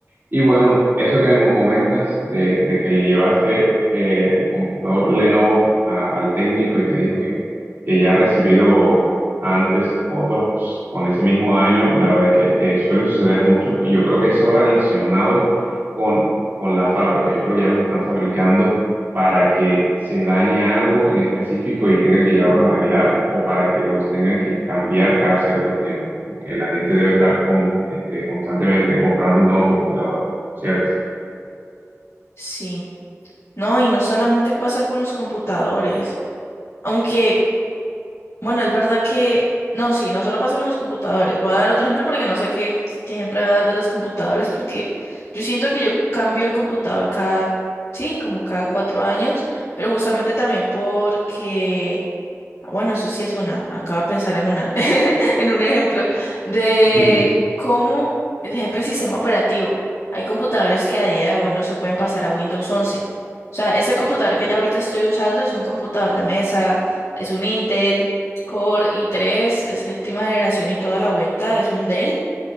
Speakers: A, on the right (about 45°); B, on the left (about 60°).
A: Y bueno, eso que me comentas de, de que le llevaste eh, el computador Lenovo a- al técnico y te dijo que, que ya ha recibido antes, otros con ese mismo daño. La verdad es que eh, suele suceder mucho y yo creo que eso va relacionado con, con la fábrica. Yo creo que ya los están fabricando para que se dañe algo en específico y tengan que llevarlos a arreglar o para que los tengan que cambiar cada cierto tiempo. Como que la gente debe estar con, este, constantemente comprando un nuevo computador, ¿cierto?
B: Sí, no, y no solamente pasa con los computadores. Aunque, bueno, es verdad que, no, sí, no solo pasa con los computadores. Voy a dar otro ejemplo porque no sé qué, qué ejemplo voy a dar de los computadores, porque yo siento que yo cambio el computador cada, sí, como cada cuatro años, pero justamente también porque Ah, Bueno, eso sí es una. Acabo de pensar en una, <laughs> en un ejemplo de
A: <laughs>
B: cómo, el ejemplo del sistema operativo. Hay computadores que a día de hoy no se pueden pasar a Windows once. O sea, este computador que ya ahorita estoy usando es un computador de mesa, es un Intel Core i tres de séptima generación y toda la vuelta, es un Dell.